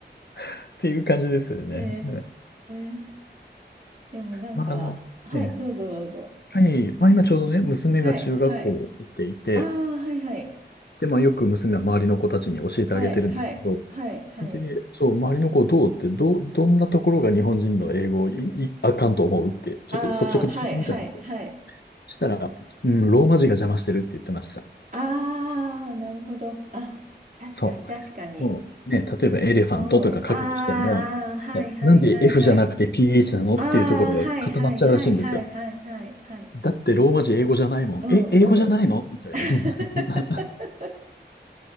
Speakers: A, on the left; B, on the right.
A: っていう感じですよね。
B: ー、え
A: うん
B: ー、でもなんか、
A: まあ、あの、
B: はい、
A: ええ、
B: どうぞどうぞ。
A: はい、まあ、今ちょうどね、娘が中学校行っていて、
B: はい、はい。ああ、はいはい。
A: で、まあ、よく娘は周りの子たちに教えてあげてるんですけど、
B: はい、はい、はい、はい。
A: で、そう、周りの子どうって、ど、どんなところが日本人の英語をい、い、あかんと思うって、ちょっと率直に聞いてみたんですよ。
B: ああ、はい、はい、はい。
A: したら、うん、ローマ字が邪魔してるって言ってました。
B: ああ、なるほど。あ、確かに、
A: そ
B: 確かに。
A: う。もうね、例えばエレファントとか書くにしても、
B: うん。ああ、あーはい、はい、
A: なんで
B: はい、
A: F
B: はい。
A: じゃなくて PH なのっていうところで固まっちゃうらしいんですよ。
B: ああ、はい、はい、はい、はい、はい、はい。はい
A: だってローマ字英語じゃないもん。
B: うん、
A: え、
B: うん。
A: 英語じゃないのみたいな。
B: <laughs>
A: <laughs>